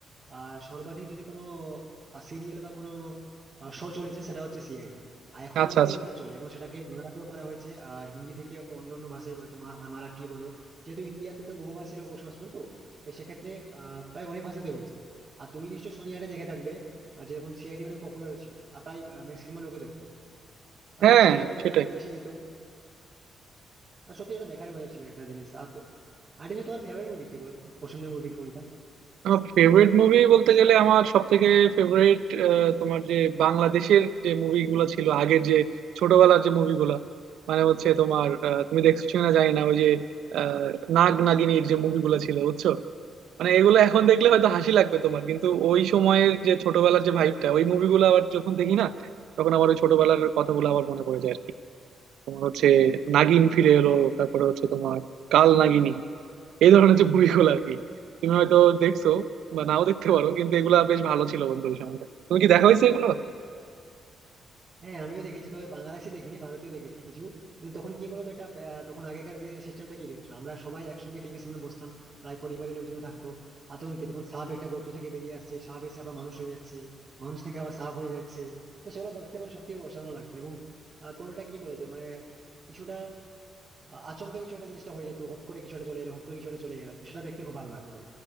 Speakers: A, on the right; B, on the right.
A: আহ সর্বাধিক যদি কোনো সিরিয়াল বা কোনো শো চলেছে সেটা হচ্ছে সিআইডি আর এখনো
B: আচ্ছা
A: অব্দি
B: আচ্ছা
A: ওটা চলে এবং সেটাকে বাংলাতেও করা হয়েছে আহ, হিন্দি থেকে অন্য অন্য ভাষায় করেছে মা- মানে মারাঠি বলো যেহেতু ইন্ডিয়াতে তো বহুভাষী লোক বসবাস করতো তাই সেক্ষেত্রে আহ, প্রায় অনেক ভাষাতে হয়েছে আর তুমি নিশ্চয়ই শনিবারে দেখে থাকবে আর যে যখন সিআইডি অনেক পপুলার ছিল আর প্রায় ম্যাক্সিমাম লোকে দেখতো আর
B: হ্যাঁ
A: তখন শনিবার রবিবার
B: সেটাই
A: হলে বেশি দিত আর সত্যি এটা দেখার মজা ছিল একটা জিনিস আর যে তোমার ফেভারিট মুভি কি বলতো পছন্দের মুভি কোনটা
B: আমার ফেভারিট মুভি বলতে গেলে আমার সব থেকে ফেভারিট তোমার যে বাংলাদেশের যে মুভিগুলো ছিল আগের যে ছোটবেলার যে মুভিগুলা মানে হচ্ছে তোমার আহ, তুমি দেখছো কিনা জানি না ওই যে আহ, নাগ নাগিনীর যে মুভিগুলো ছিল বুঝছো মানে এগুলো এখন দেখলে হয়তো হাসি লাগবে তোমার কিন্তু ওই সময়ের যে ছোটবেলার যে ভাইবটা ওই মুভিগুলো আবার যখন দেখি না তখন আবার ওই ছোটবেলার কথাগুলো আবার মনে পড়ে যায় আর কি তোমার হচ্ছে নাগিন ফিরে এলো তারপরে হচ্ছে তোমার কাল নাগিনী এই ধরনের যে মুভিগুলো আর কি তুমি হয়তো দেখছো বা নাও দেখতে পারো কিন্তু এগুলা বেশ ভালো ছিল বন্ধু ওই সময়টা তুমি কি দেখা হয়েছে এগুলো
A: হ্যাঁ আমিও দেখেছি তবে বাংলাদেশি দেখিনি ভারতীয় দেখেছি কিছু কিন্তু তখন কি বলতো একটা আহ, তখন আগেকার সিস্টেমটা কি হচ্ছিল আমরা সবাই একসঙ্গে টিভির সামনে বসতাম প্রায় পরিবারের লোকজন থাকতো আর তখন কি তখন সাপ একটা গর্ত থেকে বেরিয়ে আসছে সাপ এসে আবার মানুষ হয়ে যাচ্ছে মানুষ থেকে আবার সাপ হয়ে যাচ্ছে তো সেগুলো দেখতে মানে সত্যি অসাধারণ লাগতো এবং আহ, কোনোটা কি বলতো মানে কিছুটা আহ, আচমকা কিছু একটা জিনিসটা হয়ে যেত হট করে কিছুটা চলে এলো হট করে কিছুটা চলে গেলো তো সেটা দেখতে খুব ভালো লাগতো